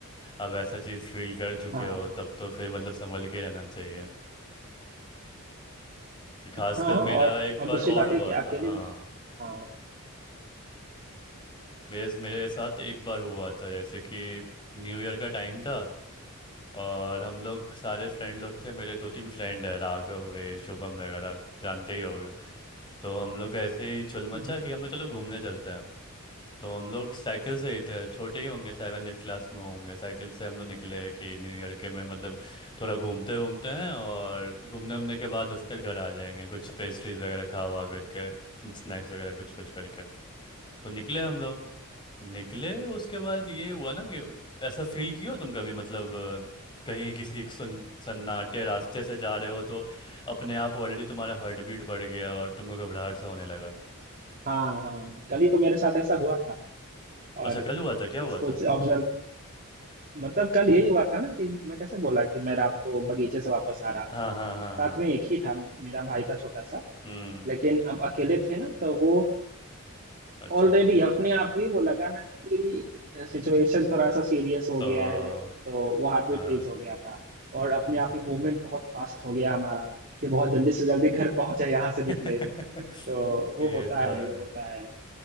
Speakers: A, on the left; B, on the right.
A: आप ऐसा चीज़ फील कर चुके
B: हाँ
A: हो तब तो फिर मतलब संभल के रहना चाहिए कि खासकर
B: हाँ
A: मेरा
B: और
A: एक
B: और
A: बार
B: दूसरी बात
A: और हुआ
B: है कि अकेले
A: था हाँ
B: हाँ
A: मेरे मेरे साथ एक बार हुआ था जैसे कि न्यू ईयर का टाइम था और हम लोग सारे फ्रेंड लोग थे मेरे दो तीन फ्रेंड है राघव वे शुभम वगैरह जानते ही होंगे तो हम लोग ऐसे ही चुल मचा
B: हम्म,
A: कि हम लोग चलो घूमने चलते हैं तो हम लोग साइकिल से ही थे छोटे ही होंगे सेवन एट क्लास में होंगे साइकिल से हम लोग निकले कि न्यू ईयर के में मतलब थोड़ा घूमते घूमते हैं और घूमने उमने के बाद उसके घर आ जाएंगे कुछ पेस्ट्रीज वगैरह खा हुआ करके स्नैक्स वगैरह कुछ कुछ करके तो निकले हम लोग निकले उसके बाद ये हुआ ना कि ऐसा फील किए हो तुम कभी मतलब अ, कहीं किसी एक सुन सन्नाटे रास्ते से जा रहे हो तो अपने आप ऑलरेडी तुम्हारा हार्ट बीट बढ़ गया और तुमको घबराहट सा होने लगा
B: हाँ हाँ कल ही तो मेरे साथ ऐसा हुआ था और
A: अच्छा कल हुआ था क्या हुआ
B: इसको
A: था
B: ऑब्जर्व मतलब कल यही हुआ था ना कि मैं कैसे बोला कि मैं रात को बगीचे से वापस आ रहा था,
A: हाँ हाँ हाँ
B: साथ
A: हाँ
B: में एक ही था मेरा भाई था छोटा सा
A: हम्म
B: लेकिन अब अकेले थे ना तो वो
A: अच्छा
B: ऑलरेडी अपने आप ही वो लगा ना कि सिचुएशन थोड़ा सा सीरियस हो
A: ओ
B: गया है तो वो हार्ट बीट
A: हाँ
B: तेज हो गया था और अपने
A: अच्छा
B: आप ही मूवमेंट बहुत फास्ट हो गया हमारा कि बहुत जल्दी से जल्दी घर पहुंचे यहाँ से निकले
A: <laughs>
B: तो वो
A: ये
B: होता
A: तो
B: है
A: है
B: वो होता है